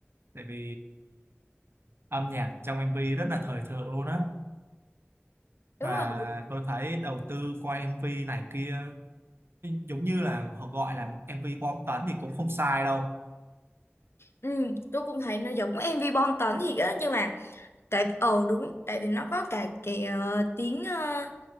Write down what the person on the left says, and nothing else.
Đúng
rồi.
Ừ, tôi cũng thấy nó giống MV Bom Tấn thiệt á nhưng mà tại ờ đúng tại vì nó có cả cái ờ, tiếng ờ,